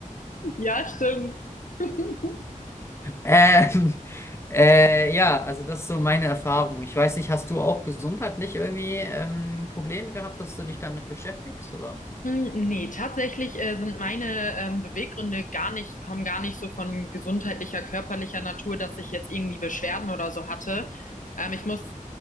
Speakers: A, on the left; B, on the left.
A: Ja, stimmt. <laughs>
B: Ähm, äh, ja, also das ist so meine Erfahrung. Ich weiß nicht, hast du auch gesundheitlich irgendwie ähm, Probleme gehabt, dass du dich damit beschäftigst, oder?
A: Hm, Nee, tatsächlich äh, sind meine ähm, Beweggründe gar nicht, kommen gar nicht so von gesundheitlicher, körperlicher Natur, dass ich jetzt irgendwie Beschwerden oder so hatte. Ähm, ich muss